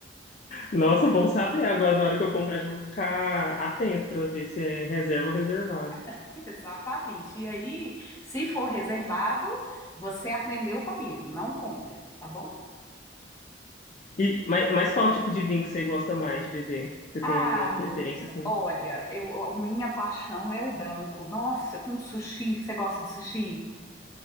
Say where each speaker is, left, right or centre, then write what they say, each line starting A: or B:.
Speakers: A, on the left; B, on the left.
A: Nossa, bom saber. Agora, na hora que eu comprar, já vou ficar atento para ver se é reserva ou reservado.
B: <laughs> Exatamente. E aí, se for reservado, você aprendeu comigo, não compre, tá bom?
A: E, mas, mas qual tipo de vinho que você gosta mais de beber? Você
B: Ah,
A: tem alguma preferência, assim?
B: olha, eu, a minha paixão é o branco. Nossa, com sushi, você gosta de sushi?